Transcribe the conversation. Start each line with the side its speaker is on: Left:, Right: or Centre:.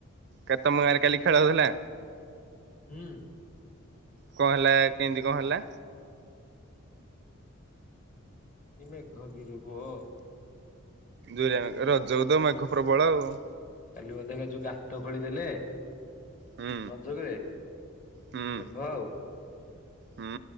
Right: କେତ ତମ ଗାଁରେ କାଲି ଖେଳ ହଉଥିଲା?
Left: ହୁଁ।
Right: କଣ ହେଲା କେମତି କଣ ହେଲା?
Left: କି ମେଘ ଗିରି ପୁଅ।
Right: ଦୁରିଆ ରଜକୁ ତ ମେଘ ପ୍ରବଳ ଆଉ।
Left: କାଲି ବୋଧେ ଯୋଉ ଗାତ ଖୋଳିଦେଲେ।
Right: ହୁଁ
Left: ରଜ ବେଳେ
Right: ହୁଁ
Left: ମେଘ ଆଉ।
Right: ହୁଁ,